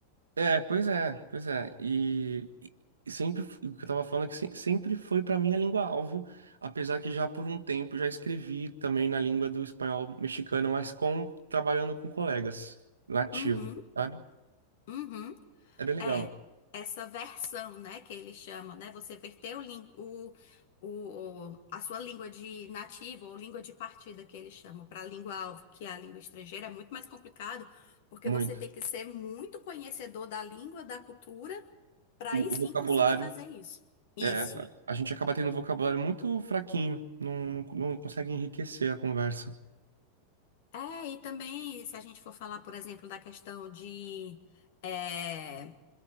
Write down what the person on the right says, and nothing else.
É, pois é, pois é. E, e sempre f- o que eu tava falando é que se- sempre foi pra mim a língua-alvo, apesar que já por um tempo já escrevi também na língua do espanhol mexicano, mas com trabalhando com colegas nativos,
sabe?
É bem legal,
muito.
O,
o
vocabulário
É, a a gente acaba tendo um vocabulário muito fraquinho, não, não, não consegue enriquecer a conversa.